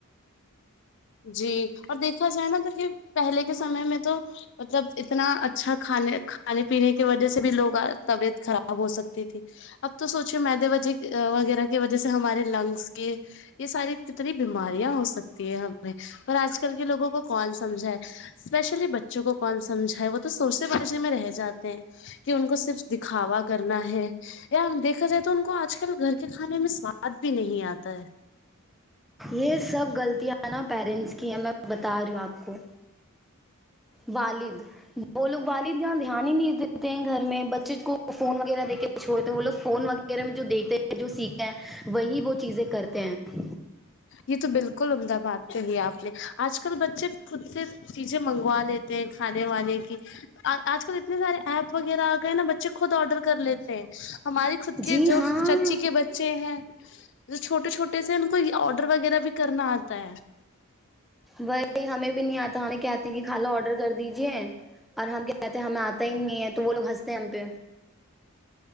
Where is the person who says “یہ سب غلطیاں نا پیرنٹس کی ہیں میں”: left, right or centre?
Centre